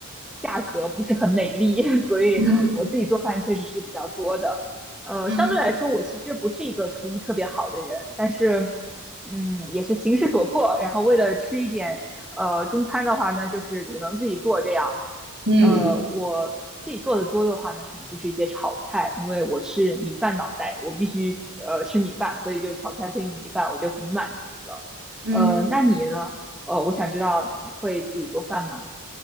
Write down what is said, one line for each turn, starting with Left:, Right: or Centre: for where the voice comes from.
Centre: 价格不是很美丽，<laughs> 所以我自己做饭确实是比较多的。
Right: 嗯
Centre: 呃，
Right: 嗯
Centre: 相对来说，我其实不是一个厨艺特别好的人，但是嗯，也是形势所迫，然后为了吃一点呃中餐的话呢，就是只能自己做这样。
Right: 嗯
Centre: 呃，我自己做的多的话呢，可能就是一些炒菜，因为我是米饭脑袋，我必须呃吃米饭，所以就炒菜配米饭，我就很满足了。
Right: 嗯，
Centre: 呃，那你呢？呃，我想知道你会自己做饭吗？